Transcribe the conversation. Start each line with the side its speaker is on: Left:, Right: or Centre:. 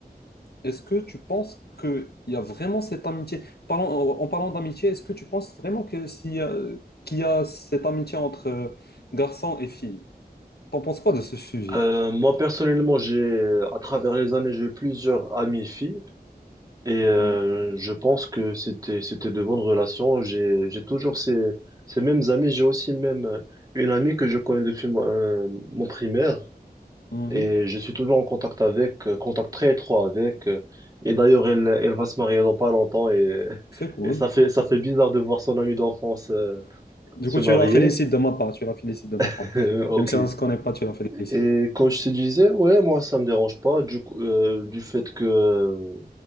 Left: est-ce que tu penses qu'il y a vraiment cette amitié? Parlons- en en parlant d'amitié, est-ce que tu penses vraiment que s'il y a- qu'il y a cette amitié entre euh, garçons et filles? T'en penses quoi de ce sujet?
Right: Euh, moi, personnellement, j'ai, à travers les années, j'ai eu plusieurs amies filles. Et euh,
Left: Oui.
Right: je pense que c'était c'était de bonnes relations. J'ai j'ai toujours ces ces mêmes amis. J'ai aussi même euh, une amie que je connais depuis mon euh, mon primaire
Left: Mhm.
Right: et je suis toujours en contact avec, euh, contact très étroit avec. euh. Et d'ailleurs, elle elle va se marier dans pas longtemps et <laughs>
Left: C'est cool.
Right: et ça fait ça fait bizarre de voir son amie d'enfance euh,
Left: Du
Right: se
Left: coup,
Right: marier.
Left: tu la félicites de ma part, tu la félicites de ma
Right: <laughs>
Left: part.
Right: Ok.
Left: Même si on ne se connaît pas, tu la félicites.
Right: Et quand je te disais, ouais, moi, ça me dérange pas du coup, euh, du fait que euh,